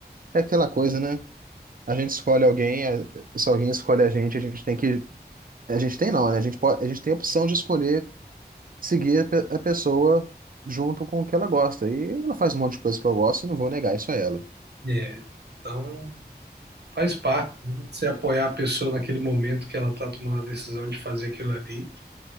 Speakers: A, on the right; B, on the right.
A: é aquela coisa, né? A gente escolhe alguém, a- se alguém escolhe a gente, a gente tem que. A gente tem não, né? A gente pode, a gente tem a opção de escolher seguir a pe- a pessoa junto com o que ela gosta. E ela faz um monte de coisa que eu gosto, não vou negar isso a ela.
B: É. Então, Faz parte, né? Você apoiar a pessoa naquele momento que ela está tomando a decisão de fazer aquilo ali.